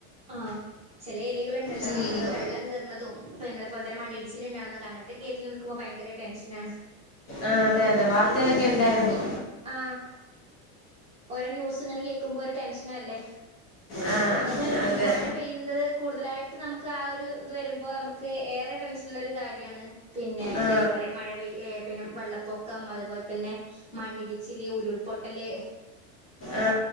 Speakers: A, on the right; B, on the left.
A: ആഹ് ചെല ഏരിയകള്ണ്ടല്ലോ
B: ഉം.
A: നമക്ക് വെള്ളം കേറണതും പിന്നെ ഇപ്പോക്കാരം മണ്ണിടിച്ചിലിണ്ടാണതൊക്കെ അങ്ങൻത്തെക്കെ ഏരിയേല് നിക്കുമ്പോ ഭയങ്കര ടെൻഷനാണ്.
B: ആഹ് അതെ അതെ വാർത്തയിലൊക്കെ ഇണ്ടായിരുന്നു.
A: ആഹ്. ഓരോ ന്യൂസ് ഇങ്ങനെ കേക്കുമ്പോ ഒരു ടെൻഷനല്ലേ?
B: ആ, ആ
A: ഇനിപ്പോ
B: അതെ
A: മഴ പെയ്യണ്ടത് കൂടുതലായിട്ട് നമുക്ക് ആ ഒരു ഇത് വരുമ്പോ നമുക്ക് ഏറെ ടെൻഷന്ള്ള ഒരു കാര്യാണ്. പിന്നെ
B: ആ
A: ഇതേപോലെ മഴ പെയ് ഏഹ് പിന്നെ വെള്ളപ്പൊക്കം അതുപോലെ തന്നെ മണ്ണിടിച്ചില് ഉരുൾപൊട്ടല്
B: ആ